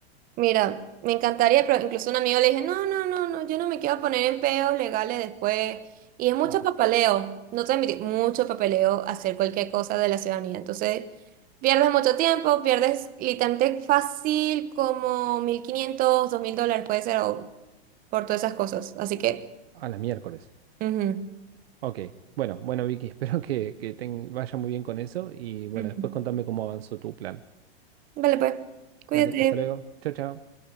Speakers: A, on the right; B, on the right.
A: Mira, me encantaría, pero incluso un amigo le dije, no, no, no, no, yo no me quiero poner en peos legales después. Y es mucho
B: Oh,
A: papeleo, no te voy a mentir, mucho papeleo hacer cualquier cosa de la ciudadanía. Entonces, pierdes mucho tiempo, pierdes literalmente fácil como mil quinientos, dos mil dólares puede ser, o por todas esas cosas. Así que,
B: a la miércoles.
A: ujú,
B: Ok, bueno, bueno Vicky, <laughs> espero que, que te vaya muy bien con eso y bueno,
A: ujú.
B: después contame cómo avanzó tu plan.
A: Vale, pues, cuídate.
B: Dale, hasta luego. Chao, chao.